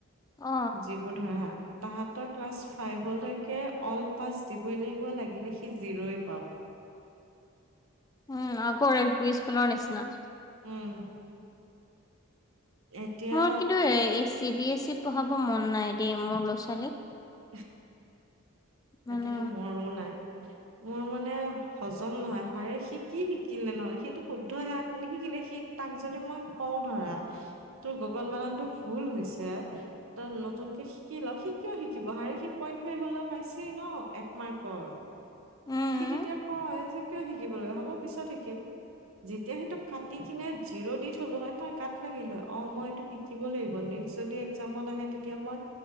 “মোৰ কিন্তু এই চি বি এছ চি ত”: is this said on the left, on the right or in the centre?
Left